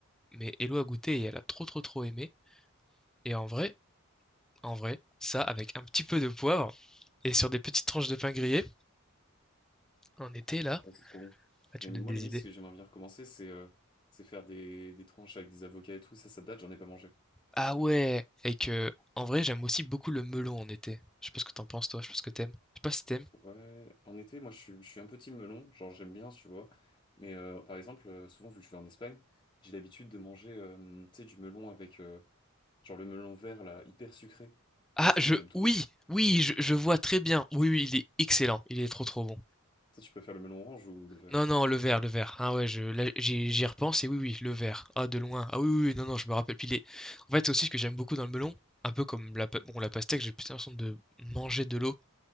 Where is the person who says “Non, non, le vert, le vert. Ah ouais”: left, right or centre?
Centre